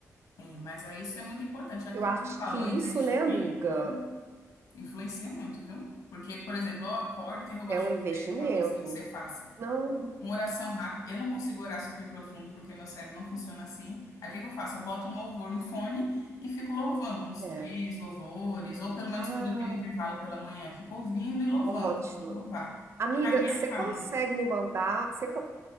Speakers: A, on the left; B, on the right.
A: É, mas aí isso é muito importante. É Aquilo
B: Eu acho
A: que eu falo,
B: que isso,
A: é um investimento,
B: né, amiga,
A: né? Influencia muito, viu? Porque, por exemplo, eu acordo, o que é que eu gosto
B: é um investimento.
A: de fazer? O que eu aconselho que você faça?
B: Não, não
A: Uma oração rápida. Eu não consigo orar super profundo porque meu cérebro não funciona assim. Aí o que que eu faço? Eu boto um louvor no fone e fico louvando uns
B: é.
A: três louvores, ou pelo menos
B: Ah,
A: quando eu tenho intervalo pela manhã, eu fico ouvindo e louvando.
B: ótimo.
A: Pode louvar.
B: Amiga,
A: Já me acalmo.
B: você consegue me mandar, você, co-